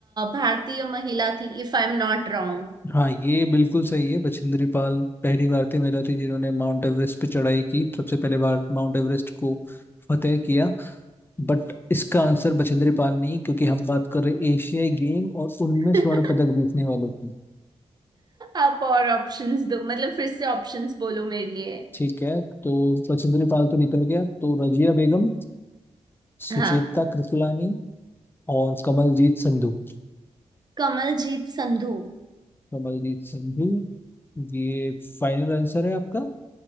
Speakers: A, on the right (about 35°); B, on the left (about 20°).
A: भारतीय महिला थी if I am not wrong
B: हाँ ये बिल्कुल सही है बछेंद्री पाल पहली भारतीय महिला थी जिन्होंने माउंट एवरेस्ट पे चढ़ाई की सबसे पहले भारत माउंट एवरेस्ट को फतेह किया बट इसका आंसर बछेंद्री पाल नहीं क्योंकि हम बात कर रहे हैं एशियाई गेम और उनमें
A: <laughs>
B: स्वर्ण पदक जीतने वालों की
A: आप और ऑप्शंस दो मतलब फिर से ऑप्शंस बोलो मेरे लिए
B: ठीक है तो बछेंद्री पाल तो निकल गया तो रजिया बेगम सुचेता
A: हाँ
B: कृपलानी और कमलजीत संधू
A: कमलजीत संधू
B: कमलजीत संधू ये फाइनल आंसर है आपका